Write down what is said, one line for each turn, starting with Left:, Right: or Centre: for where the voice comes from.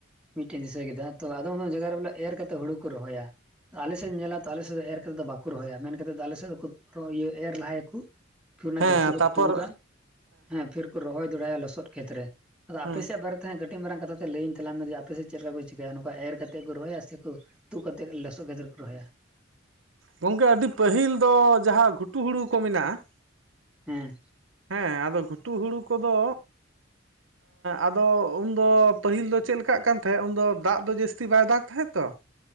Centre: ᱢᱤᱫᱴᱮᱱ ᱫᱤᱥᱟᱹ ᱠᱮᱫᱟ ᱛᱚ ᱟᱫᱚ ᱚᱱᱟ ᱡᱟᱭᱜᱟ ᱨᱮ ᱵᱚᱞᱮ ᱮᱨ ᱠᱟᱛᱮᱫ ᱦᱩᱲᱩ ᱠᱚ ᱨᱚᱦᱚᱭᱟ ᱟᱞᱮᱥᱮᱫ ᱧᱮᱞᱟ ᱛᱚ ᱟᱞᱮᱥᱮᱫ ᱫᱚ ᱮᱨ ᱠᱟᱛᱮᱫ ᱫᱚ ᱵᱟᱠᱚ ᱨᱚᱦᱚᱭᱟ ᱢᱮᱱ ᱠᱟᱛᱮᱫ ᱫᱚ ᱟᱞᱮᱥᱮᱫ ᱫᱚ ᱮᱨ ᱞᱟᱦᱟᱭᱟᱠᱚ ᱯᱷᱤᱨ ᱚᱱᱟ
Right: ᱦᱮᱸ
Centre: ᱜᱟᱪᱷᱤ ᱠᱚ
Right: ᱛᱟᱯᱚᱨ
Centre: ᱛᱩᱫᱟ ᱦᱮᱸ ᱯᱷᱤᱨ ᱠᱚ ᱨᱚᱦᱚᱭ ᱫᱚᱲᱦᱟᱭᱟ ᱞᱚᱥᱚᱫ ᱠᱷᱮᱛ ᱨᱮ ᱟᱫᱚ ᱟᱯᱮᱥᱮᱜ
Right: ᱦᱩᱸ
Centre: ᱵᱟᱨᱮ ᱛᱟᱦᱮᱸ ᱠᱟᱹᱴᱤᱡ ᱢᱟᱨᱟᱝ ᱠᱟᱛᱷᱟ ᱛᱮ ᱞᱟ. ᱭ ᱟ. ᱧ ᱛᱟᱞᱟᱝ ᱢᱮ ᱡᱮ ᱟᱯᱮᱥᱮ ᱪᱮᱫ ᱞᱮᱠᱟ ᱠᱚ ᱪᱤᱠᱟᱹᱭᱟ ᱱᱚᱝᱠᱟ ᱮᱨ ᱠᱟᱛᱮ ᱠᱚ ᱨᱚᱦᱚᱭᱟ ᱥᱮᱠᱚ ᱛᱩᱫ ᱠᱟᱛᱮᱫ ᱞᱚᱥᱚᱫ ᱠᱟᱛᱮᱫ ᱨᱮᱠᱚ ᱨᱚᱦᱚᱭᱟ
Right: ᱜᱚᱝᱠᱮ ᱟᱹᱰᱤ ᱯᱟᱹᱦᱤᱞ ᱫᱚ ᱡᱟᱦᱟᱸ ᱜᱷᱩᱴᱩ ᱦᱩᱲᱩ ᱠᱚ ᱢᱮᱱᱟᱜᱼᱟ
Centre: ᱦᱩᱸ
Right: ᱦᱮᱸ ᱟᱫᱚ ᱜᱷᱩᱴᱩ ᱦᱩᱲᱩ ᱠᱚᱫᱚ ᱟᱫᱚ ᱩᱱᱫᱚ ᱯᱟᱹᱦᱤᱞ ᱫᱚ ᱪᱮᱫ ᱞᱮᱠᱟᱜ ᱠᱟᱱ ᱛᱟᱦᱮᱫ ᱩᱱᱫᱚ ᱫᱟᱜ ᱫᱚ ᱡᱟᱹᱥᱛᱤ ᱵᱟᱭ ᱫᱟᱜ ᱛᱟᱦᱮᱫ ᱛᱚ <inaudible>